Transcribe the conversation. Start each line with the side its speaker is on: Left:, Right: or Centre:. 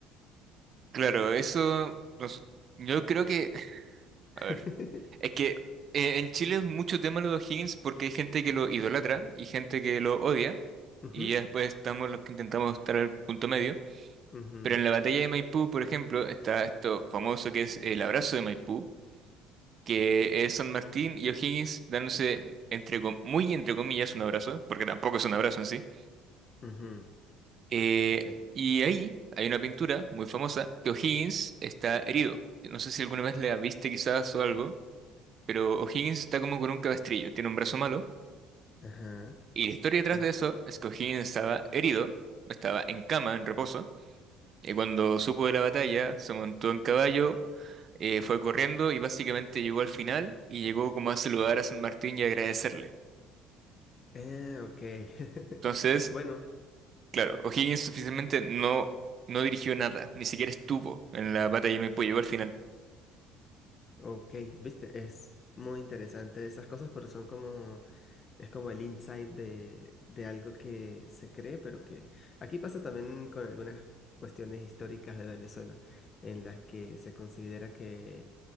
Right: Claro, eso, nos- yo creo que, <laughs>
Left: <laughs>
Right: a ver, es que eh, en Chile es mucho tema lo de O'Higgins porque hay gente que lo idolatra y gente que lo odia,
Left: Ujú,
Right: y ya después estamos los que intentamos estar al punto medio,
Left: ujú,
Right: pero en la batalla de Maipú, por ejemplo, está esto famoso que es el abrazo de Maipú, que es San Martín y O'Higgins dándose entre, com- muy entre comillas un abrazo, porque tampoco es un abrazo en sí
Left: ujú,
Right: Eh,
Left: ok,
Right: y ahí hay una pintura muy famosa que O'Higgins está herido. No sé si alguna vez la viste quizás o algo, pero O'Higgins está como con un cabestrillo, tiene un brazo malo.
Left: ajá,
Right: Y la historia
Left: ok.
Right: detrás de eso es que O'Higgins estaba herido, estaba en cama, en reposo, y cuando supo de la batalla, se montó en caballo, eh, fue corriendo y básicamente llegó al final y llegó como a saludar a San Martín y agradecerle.
Left: Eh, ok.
Right: Entonces,
Left: <laughs> Bueno.
Right: claro, O'Higgins oficialmente no, no dirigió nada, ni siquiera estuvo en la batalla de Maipú, llegó al final.
Left: Ok, viste, es muy interesante esas cosas porque son como, es como el insight de, de algo que se cree, pero que aquí pasa también con algunas cuestiones históricas de Venezuela, en las que se considera que